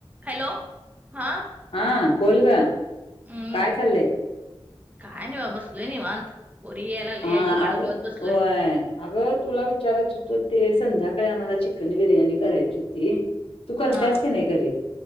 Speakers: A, on the right; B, on the left.
A: Hello हा
B: हा बोल ग
A: हम्म
B: काय चाललंय
A: काय नाही बा बसलोय नि मत बोरी यायला
B: हा
A: यायची वाडावत
B: अग
A: बसलोय.
B: होय अगं तुला विचारायचं होतं ते संध्याकाळी आम्हाला चिकन बिर्याणी करायची होती. तू करतास
A: हा
B: की नाही घरी